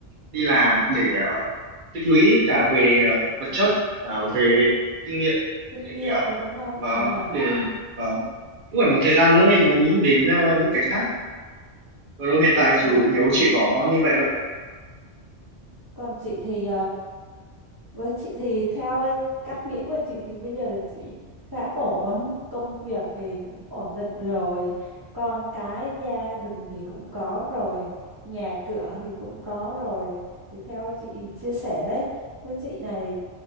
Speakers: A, on the right (about 45°); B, on the right (about 20°).
A: đi làm để ờ, tích lũy cả về ờ, vật chất cả về kinh nghiệm
B: kinh
A: để
B: nghiệm
A: ờ,
B: nữa đúng không
A: vâng
B: à
A: để vâng cũng phải một thời gian nữa em mới nghĩ đến ờ, những cái khác còn đâu hiện tại chủ
B: à
A: yếu chỉ có như vậy thôi ạ.
B: còn chị thì Với chị thì theo cách nghĩ của chị thì bây giờ là chị khá ổn, công việc thì cũng ổn định rồi, con cái gia đình thì cũng có rồi, nhà cửa thì cũng có rồi. Thì theo chị chia sẻ đấy, với chị này